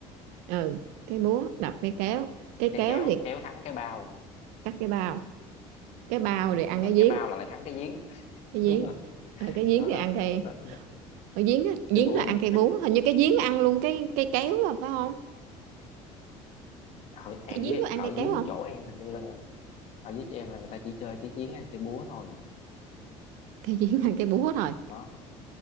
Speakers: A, on the right; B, on the left.
A: ừ cái búa đập cái kéo cái
B: cái
A: kéo
B: kéo
A: thì
B: kéo thắng cái bao
A: cắt cái bao cái bao rồi ăn
B: đúng rồi
A: cái giếng
B: cái bao là lại thắng cái giếng
A: cái giếng
B: đúng rồi
A: Ờ, cái giếng
B: nó
A: thì
B: đó,
A: ăn cây
B: nó, nó
A: ở giếng á, giếng
B: cái búa
A: là ăn cây búa hình như cái giếng ăn luôn cái cây kéo à, phải không
B: ở, em
A: cái giếng
B: dưới
A: có ăn
B: ở
A: cây kéo
B: dưới
A: không
B: chỗ em hình như là ở dưới chỗ em là người ta chỉ chơi cái giếng ăn cái búa thôi
A: cái giếng ăn cây búa thôi
B: đó